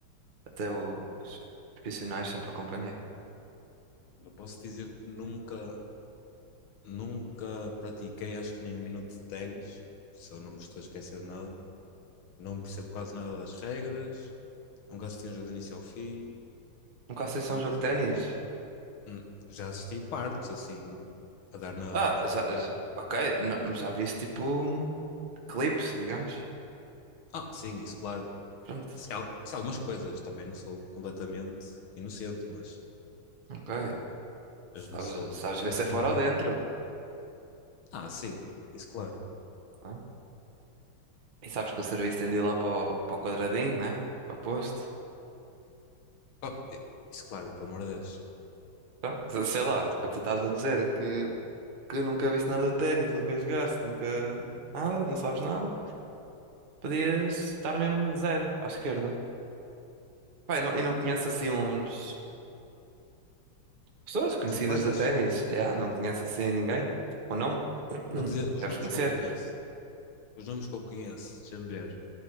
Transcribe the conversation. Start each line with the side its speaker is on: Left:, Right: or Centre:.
Right: Até os profissionais sempre acompanhei.
Left: Eu posso dizer que nunca, nunca pratiquei, acho que nem um minuto de ténis, se eu não me estou a esquecer de nada. Não percebo quase nada das regras, nunca assisti um jogo de início ao fim,
Right: Nunca sei
Left: portanto,
Right: se é um jogo de ténis.
Left: hum, já assisti partes, assim, a dar na,
Right: Ah,
Left: na TV.
Right: já, já- ok. não- mas já viste tipo clipes, digamos.
Left: Ah, sim, isso, claro.
Right: Pronto,
Left: Sei, al- sei algumas coisas, também não sou completamente inocente, mas,
Right: ok.
Left: mas
Right: Sabes,
Left: não sou.
Right: sabes ver
Left: Mas
Right: se é
Left: tão
Right: fora
Left: perigo.
Right: ou dentro.
Left: Ah, sim, isso, claro.
Right: não? é? E sabes que o serviço tem de ir lá para o, para o quadradinho, né? Ao posto.
Left: Oh, eh, isso, claro, pelo amor de Deus.
Right: Então, se- sei lá, tipo, tu estás a dizer que, que nunca viste nada de ténis, nunca jogaste, nunca nada, não sabes nada. Podias estar mesmo zero à esquerda. Pai, não, e não conheces assim uns pessoas conhecidas
Left: Os atletas,
Right: de ténis? Yeah, não conheces assim ninguém? Ou não? <clears throat>
Left: vou dizer os
Right: Deves
Left: nomes
Right: conhecer.
Left: que eu conheço. Os nomes que eu conheço, deixa-me ver.